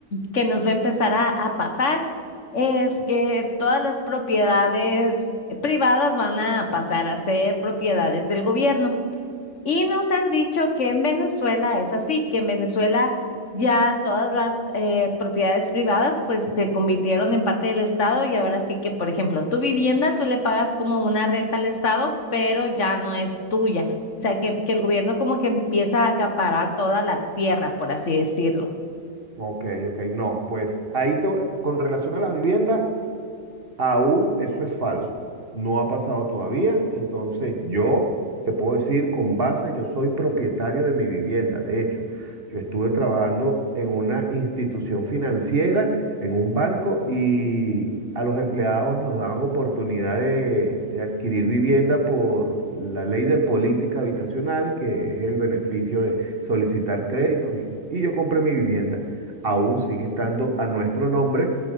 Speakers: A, on the left (about 65°); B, on the right (about 45°).
A: que nos va a empezar a, a pasar es que todas las propiedades privadas van a pasar a ser propiedades del gobierno. Y nos han dicho que en Venezuela es así, que en Venezuela ya todas las eh, propiedades privadas pues se convirtieron en parte del Estado y ahora sí que, por ejemplo, tu vivienda tú le pagas como una renta al Estado, pero ya no es tuya. O sea, que, que el gobierno como que empieza a acaparar toda la tierra, por así decirlo.
B: Ok, ok, no, pues ahí te- con relación a la vivienda, Aún eso es falso. No ha pasado todavía. Entonces yo te puedo decir con base, yo soy propietario de mi vivienda. De hecho, yo estuve trabajando en una institución financiera, en un banco, y a los empleados nos daban oportunidad de, de adquirir vivienda por la ley de política habitacional, que es el beneficio de solicitar créditos. Y, y yo compré mi vivienda. Aún sigue estando a nuestro nombre